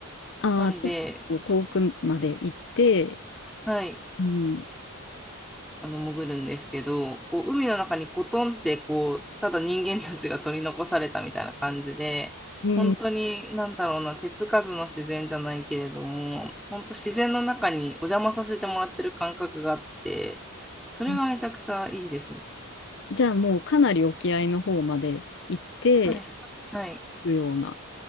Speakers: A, on the left; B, in the centre.
A: ああ、
B: なんで、
A: ちょっと遠くまで行って、
B: はい。
A: うん。
B: あの潜るんですけど、こう海の中にポトンってこうただ人間たちが取り残されたみたいな感じで、
A: うん。
B: 本当になんだろうな、手つかずの自然じゃないけれども、本当自然の中にお邪魔させてもらってる感覚があって、それがめちゃくちゃいいですね。
A: えじゃあもうかなり沖合の方まで行って
B: そうです。はい。
A: るような。